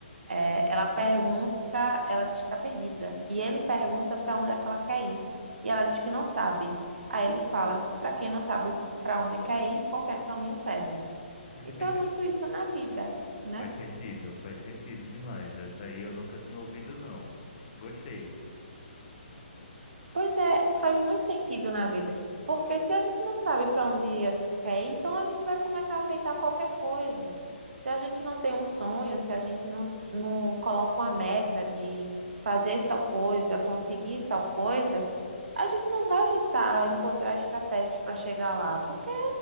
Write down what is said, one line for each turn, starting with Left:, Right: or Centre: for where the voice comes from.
Right: é, ela pergunta, ela diz que está perdida. E ele pergunta para onde é que ela quer ir. E ela diz que não sabe. Aí ele fala: para quem não sabe para onde quer ir, qualquer caminho serve. Então
Left: É.
Right: é muito isso na vida, né?
Left: Faz sentido, faz sentido demais. Essa aí eu nunca tinha ouvido, não. Gostei.
Right: Pois é, faz muito sentido na vida. Porque se a gente não sabe para onde a gente quer ir, então a gente vai começar a aceitar qualquer coisa. Se a gente não tem um sonho, se a gente não, s- não coloca uma meta de fazer tal coisa, conseguir tal coisa, a gente não vai lutar, encontrar estratégias para chegar lá. Porque